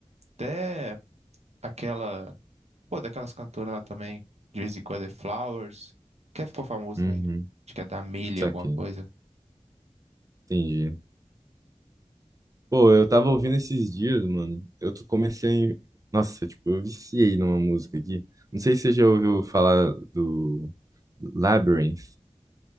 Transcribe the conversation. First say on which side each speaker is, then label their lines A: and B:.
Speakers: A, on the right; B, on the right.
A: até aquela. Pô, daquelas cantoras lá também. De vez em quando é Flowers. Quem ficou famoso
B: Uhum.
A: também? Acho que é da Millie,
B: Saquei.
A: alguma coisa.
B: Entendi. Pô, eu tava ouvindo esses dias, mano. Eu tô- comecei. Nossa, tipo, eu viciei numa música aqui. Não sei se você já ouviu falar do Labyrinth.